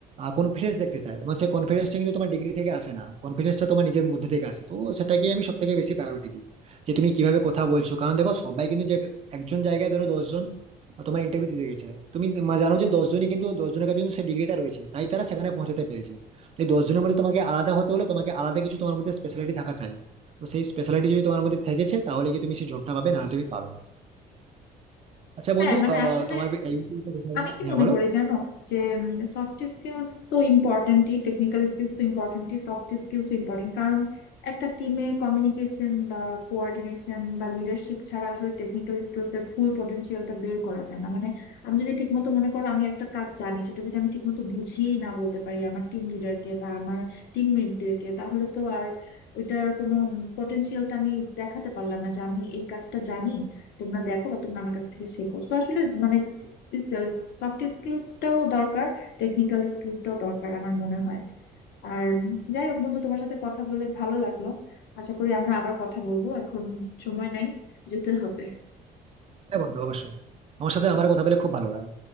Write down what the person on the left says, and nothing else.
হ্যাঁ
মানে
আসলে
আমি কি
মনে
করি জানো যে সফট স্কিলস তো ইম্পর্টেন্টই টেকনিক্যাল স্কিলস তো ইম্পর্টেন্টই সফট স্কিলস ইম্পর্টেন্ট কারণ একটা টিমে কমিউনিকেশন বা কোঅর্ডিনেশন বা লিডারশিপ ছাড়া আসলে টেকনিক্যাল স্কিলস এর ফুল পটেনশিয়ালটা বের করা যায় না মানে আমি যদি ঠিকমতো মনে করো আমি একটা কাজ জানি সেটা যদি আমি ঠিকমতো বুঝিয়েই না বলতে পারি আমার টিম লিডারকে বা আমার টিমমেটদেরকে তাহলে তো আর ওইটার কোনো পটেনশিয়ালটা আমি দেখাতে পারলাম না যে আমি এই কাজটা জানি তোমরা দেখো বা তোমরা আমার কাছ থেকে শেখো তো আসলে মানে স্কিল সফট স্কিলসটাও দরকার টেকনিক্যাল স্কিলসটাও দরকার আমার মনে হয় আর যাই হোক বন্ধু তোমার সাথে কথা বলে ভালো লাগলো আশা করি আমরা আবার কথা বলবো এখন সময় নাই যেতে হবে